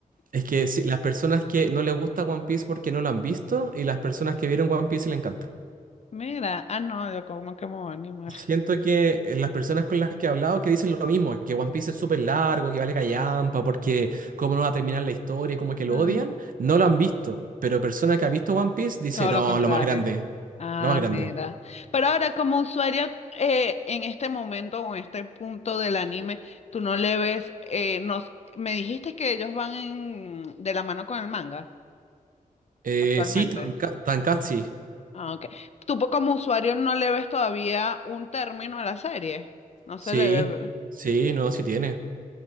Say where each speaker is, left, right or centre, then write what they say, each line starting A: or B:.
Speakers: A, on the right; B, on the left.
A: es que sí, las personas que no les gusta One Piece porque no lo han visto y las personas que vieron One Piece y le encanta.
B: Mira, ah, no, yo como que me voy a animar.
A: Siento que eh, las personas con las que he hablado que dicen lo mismo, que One Piece es súper largo, que vale callampa, porque cómo no va a terminar la historia, y como que lo
B: Ah,
A: odian, no lo han visto. Pero persona que ha visto One Piece dice,
B: todo
A: no,
B: lo contrario.
A: lo más grande,
B: Ah,
A: lo más grande.
B: mira. Pero ahora, como usuario, eh, en este momento o en este punto del anime, tú no le ves, eh, nos, me dijiste que ellos van en- de la mano con el manga
A: Eh,
B: actualmente.
A: sí, tan, ca- tan casi,
B: Ah, ok. Tú po- como usuario no le ves todavía un término a la serie. No se
A: sí,
B: le ve.
A: sí, no, sí tiene.